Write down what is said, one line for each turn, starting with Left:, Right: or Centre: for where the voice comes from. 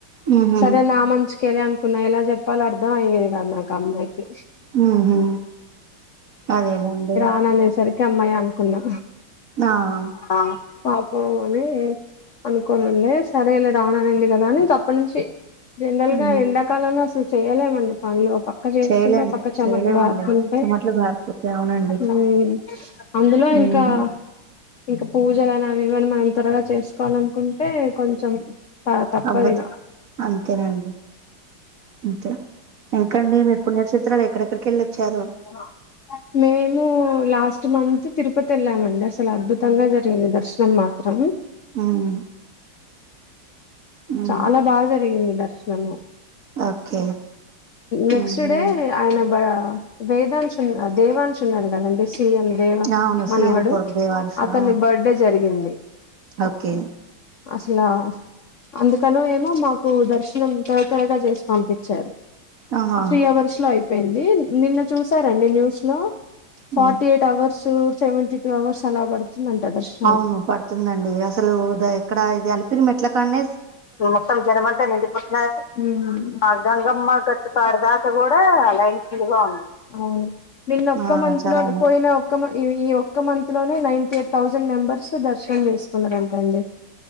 Right: ఉహు
Left: సరే నా మంచికెలే అనుకున్న ఎలా చెప్పాలో అర్థం అయ్యేది కదు నాకు అమ్మాయికి
Right: ఉహు అదేముంది
Left: అని అనేసరికి అమ్మాయి అనుకున్నా
Right: ఆహా
Left: ఆ పాపం ఆమె అనుకోనిండడి సరే లే రాననింది కదా అని ఇంక అప్పటి నుంచి జనరల్
Right: ఉమ్
Left: గా ఎండాకాలంలో అసలు చేయలేమండి పనులో పక్ పక్క చేస్తుండే
Right: చేయలేం
Left: పక్క చెమట్లుగారుతుంటే
Right: చేయలేమండి చెమట్లు గారిపోతే అవునండి
Left: హ్మ్ అందులో
Right: ఉమ్
Left: ఇంకా ఇంకా పూజలు అని అవి ఇవన్నీ మనం త్వరగా చేసుకోవాలనుకుంటే కొంచెం అలాతప్పదిగ
Right: అవ్వదు అంతేనండి అంతే ఇంకండి మీ పుణ్యక్షేత్రాలు ఎక్కడెక్కడికెళ్ళి వచ్చారు
Left: అ మేము లాస్ట్ మంత్ తిరుపతి వెళ్ళామండి అసలు అద్భుతంగా జరిగింది దర్శనం మాత్రం
Right: హ్మ్ ఉమ్
Left: చాలా బాగా జరిగింది దర్శనము
Right: ఓకే
Left: నెక్స్ట్
Right: ఉమ్
Left: డే ఆయన బ వేదాంశ ఉన్న దేవాన్శ ఉన్నారు కదండి సీఎం ది
Right: అవును సీఎం
Left: మనవడు
Right: కొడుకు దేవాన్ష్
Left: అతన్ని
Right: ఆ
Left: బర్త్డే జరిగింది
Right: ఓకే
Left: అసలా అందుకని ఏమో మాకు దర్శనం త్వర త్వరగా చేసి పంపించారు
Right: ఆహా
Left: త్రీ అవర్స్ లో అయిపోయింది నిన్న చూసారండి న్యూస్ లో forty
Right: ఉమ్
Left: eight hours seventy two hours అలా పడుతుంది <unintelligible>
Right: అవును పడుతుందండి అసలు ఎక్కడ ఇది అలిపిరి మెట్ల కానే
Left: మొత్తం జనమంతా నిండిపోతున్నారు ఆ గంగమ్మ గట్ ఆడదాకా కూడా లైన్ ఫుల్ గా ఉంది అవు నిన్న ఒక్క
Right: ఆ
Left: మంత్
Right: చాలా
Left: లో
Right: అవును
Left: పోయిన ఈ ఒక్క మంత్ లోనే నైన్టీ ఎయిట్ థౌసండ్ మెంబర్స్ దర్శనం చేసు కున్నారంటండి